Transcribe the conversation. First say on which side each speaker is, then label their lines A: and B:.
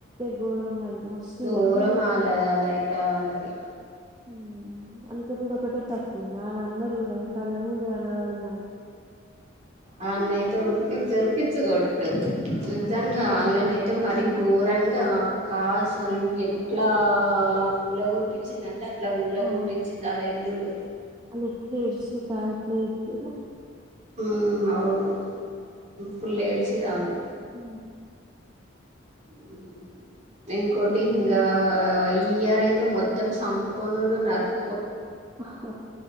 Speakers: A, on the right (about 20°); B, on the right (about 35°).
A: గోరం అది, మస్తు
B: దూరం
A: తిట్టిర్రు అప్పుడు
B: అల్లాది అల్ల అయితే, ట వాళ్లది
A: ఉమ్ వన్ని కొట్టుడు ఒక్కటే త తప్పు వాళ్ళందరూ కూడా కళ్ళముందు కనవడమను,
B: వన్నే అయితే ఉర్కిచ్చి ఉర్కిచ్చి కొట్టు నీజంగా
A: ఆ కనిపి
B: అల్లనైతే అయితే మరి గోరంగ, రంగా అక్క అసలు ఎట్లా, కూలగొట్టిచ్చిండంటే అట్లా కూలగొట్టిచ్చిండు
A: ఆ
B: ఆళ్ళ ఇల్లులు
A: అల్లు ఎట్ల ఏడ్చుకుంటా, ఎట్ల చెప్పిర్రు,
B: హ్మ్ అవును ఫుల్ ఏడ్చిరు వాళ్ళు,
A: ఉ
B: హ్మ్ ఇంకోటి, ఇంగా ఈ ఇ ఇయర్ అయితే మొత్తం సంపుకునుడు నార్క్,
A: అహో ఓ